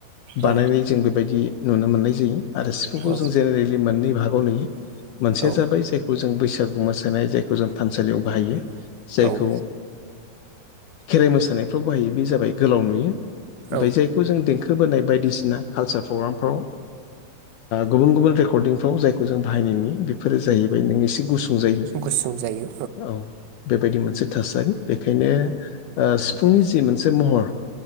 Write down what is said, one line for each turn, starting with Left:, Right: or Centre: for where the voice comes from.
Right: औ
Left: बानायनाय जों बेबायदि नुनो मोननाय जायो आरो सिफुंखौ
Right: औ
Left: जों जेनेरेलि मोननै भागाव नुयो।
Right: नुयो
Left: मोनसेया जाबाय जायखौ जों बैसागु मोसानाय जायखौ जों थानसालियाव बाहायो
Right: बाहायो
Left: जायखौ खेराइ मोसानायफ्राव बाहायो बे जाबाय गोलाव नुयो ओमाय
Right: औ
Left: जाय खौ जों देंखो बोनाय बायदिसिना कालसार प्रग्रामफ्राव गुबुन गुबुन रेकर्डिंफ्राव जायखौ जों बाहायनाय नुयो बेफोरो जाहैबाय नों एसे गुसुं जायो
Right: गुसुं जायो
Left: औ। बेबायदि मोनसे थासारि बेखायनो सिफुंनि जि मोनसे महर